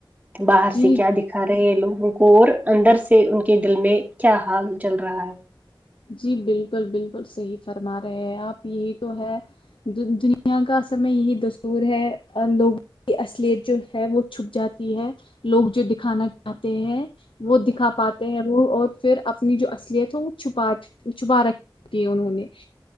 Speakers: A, on the right; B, on the left.
A: باہر
B: جی
A: سے کیا دی کھا رہے ہیں لوگوں کو اور اندر سے ان کے دل میں کیا حال چل رہا ہے
B: جی بالکل بالکل صحیح فرما رہے ہیں آپ یہی تو ہے دنیا کا اصر میں یہی دستور ہے لوگ کی اصلیت جو ہے وہ چھپ جاتی ہے لوگ جو دکھانا چاہتے ہیں وہ دکھا پاتے ہیں وہ اور پھر اپنی جو اصلیت ہے وہ چھپا <unintelligible> شبہ ر دیے انہوں نے